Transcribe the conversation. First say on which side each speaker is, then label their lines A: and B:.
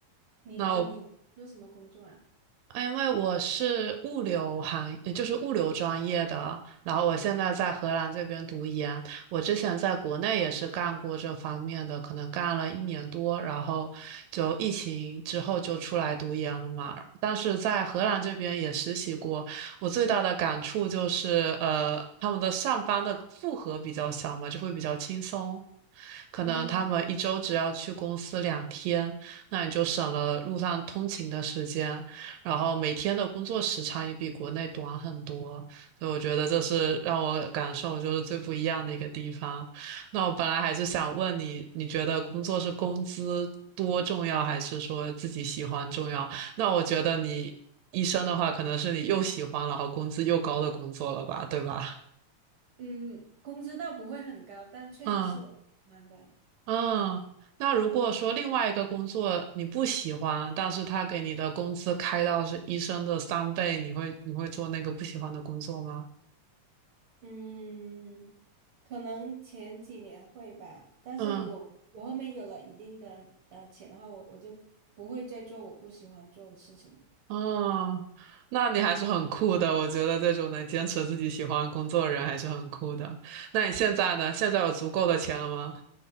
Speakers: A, on the right; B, on the right.
A: 你呢？
B: 那我
A: 你做什么工作啊？
B: 因为我是物流行，呃就是物流专业的，然后我现在在荷兰这边读研。
A: 嗯
B: 我之前在国内也是干过这方面的，可能干了一年多，然后就疫情之后就出来读研了嘛。但是在荷兰这边也实习过，我最大的感触就是，呃，他们的上班的负荷比较小嘛，就会比较轻松。可能他们一周只要去公司两天，
A: 嗯对
B: 那你就省了路上通勤的时间。然后每天的工作时长也比国内短很多，所以我觉得这是让我感受就是最不一样的一个地方。那我本来还是想问你，你觉得工作是工资多重要，还是说自己喜欢重要？那我觉得你医生的话，可能是你又喜欢，然后工资又高的工作了吧，对吧？
A: 嗯，工资倒不会很高，但确实是我喜欢的。
B: 嗯嗯。那如果说另外一个工作你不喜欢，但是他给你的工资开到是医生的三倍，你会你会做那个不喜欢的工作吗？
A: 嗯，可能前几年会吧，但是如果我后面有了一定的呃钱的话，
B: 嗯，
A: 我我就不会再做我不喜欢做的事情了。
B: 哦，那你还是很酷的。我觉得这种能坚持自己喜欢的工作的人还是很酷的。那你现在呢？现在有足够的钱了吗？